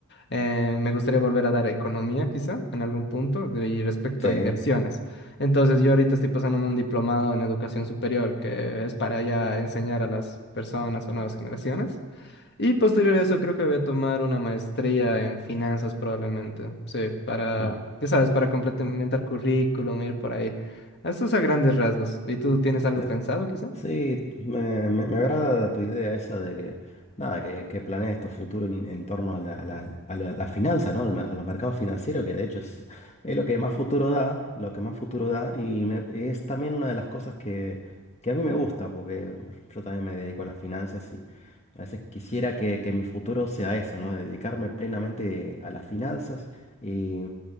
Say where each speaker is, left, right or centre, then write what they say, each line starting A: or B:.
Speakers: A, on the left; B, on the left.
A: Eh, me gustaría volver a dar economía, quizá, en algún punto, de- y respecto
B: Sí,
A: a inversiones. Entonces, yo ahorita estoy pasándome un diplomado en educación superior, que es para ya enseñar a las personas o nuevas generaciones. Y posterior a eso, creo que voy a tomar una maestría en finanzas probablemente. Sí, para,
B: mm,
A: ya sabes, para complementar currículum, ir por ahí. Esto es a grandes rasgos. ¿Y tú tienes algo
B: sí.
A: pensado, quizá?
B: Sí, me, me- me agrada tu idea esa de que, nada, que, que planees tu futuro en, en torno a la, a la, a la- a la finanza, ¿no? Al mer- A los mercados financieros, que de hecho es, es lo que más futuro da, lo que más futuro da, y me- es también una de las cosas que, que a mí me gusta, porque yo también me dedico a las finanzas y a veces quisiera que, que mi futuro sea eso, ¿no? Dedicarme plenamente a las finanzas y,